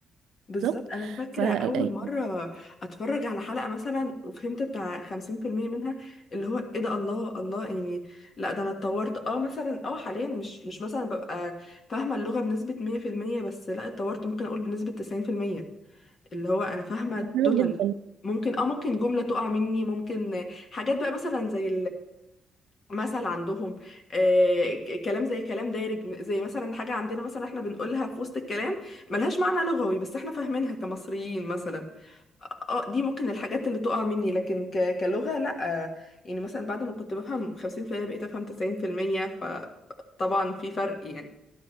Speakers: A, on the right; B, on the left.
A: بالظبط
B: بالظبط انا فاكره
A: ف يعني
B: اول مره اتفرج على حلقه مثلا وفهمت بتاع 50% منها اللي هو ايه ده الله الله يعني لا ده انا اتطورت اه مثلا اه حاليا مش مش مثلا ببقى فاهمه اللغه بنسبه 100% بس لا اتطورت ممكن اقول بنسبه 90% اللي هو انا فاهمه
A: حلو
B: توتال
A: جدا
B: ممكن اه ممكن جمله تقع مني ممكن حاجات بقى مثلا زي مثل عندهم آه، ك- كلام زي كلام دارج زي مثلا حاجة عندنا مثلا احنا بنقولها في وسط الكلام ملهاش معنى لغوي بس احنا فاهمينها كمصريين مثلا اه آه، دي ممكن الحاجات اللي تقع مني لكن ك- كلغة لا آه، يعني مثلا بعد ما كنت بفهم 50% بقيت افهم 90% فطبعا في فرق يعني